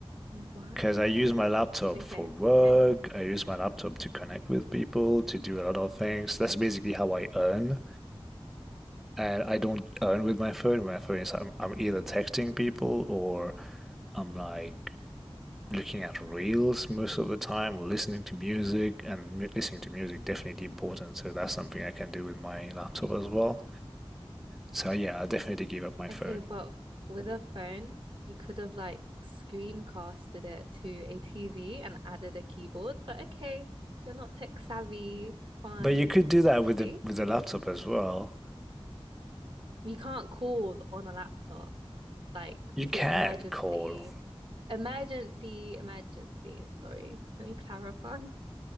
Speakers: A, on the right; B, in the centre.
A: Wow.
B: Because I use my laptop
A: Okay.
B: for work,
A: Okay.
B: I use my laptop to connect with people, to do a lot of things. That's basically how I earn. and I don't earn with my phone. My phone is I'm, I'm either texting people or I'm like looking at reels most of the time or listening to music. And mu- listening to music definitely important. So that's something I can do with my laptop as well. So yeah, I'll definitely give up my phone.
A: Okay, but with a phone, you could have like screencasted it to a TV and added a keyboard, but okay, you're not tech savvy. Fine.
B: But you could do that with
A: See?
B: the with
A: You
B: the laptop
A: see?
B: as well.
A: You can't call on a laptop like
B: You
A: to
B: can
A: emergency,
B: call.
A: emergency, emergency. Sorry. Let me clarify,